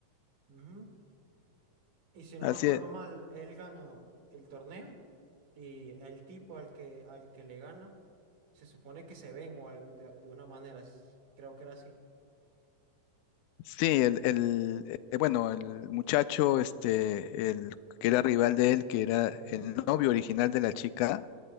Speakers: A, on the right; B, on the left.
A: ujú. Y si no
B: Así
A: me acuerdo
B: es.
A: mal, él gana el torneo y el tipo al que, al que le gana se supone que se venga o al- de, de una manera, es- creo que era así.
B: Sí, el, el, eh, bueno, el muchacho, este, el que era rival de él, que era
A: Ujú.
B: el novio original de la chica,